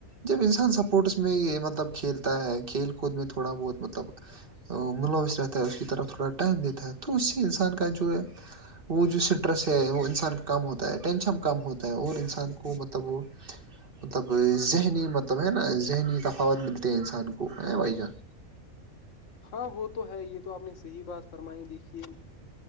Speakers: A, on the right (about 40°); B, on the left (about 65°).
A: جب انسان سپورٹس میں یہ مطلب کھیلتا ہے کھیل کود میں تھوڑا بہت مطلب ملوث رہتا ہے اس کی طرف تھوڑا ٹائم دیتا ہے تو اس سے انسان کا جو ہے وہ جو اسٹریس ہے وہ انسان کا کم ہوتا ہے ٹینشن کم ہوتا ہے اور انسان کو مطلب وہ مطلب ذہنی مطلب ہے نا ذہنی تفاوت ملتے ہیں انسان کو ہے بھائی جان
B: ہاں وہ تو ہے یہ تو آپ نے صحیح بات فرمائی دیکھیے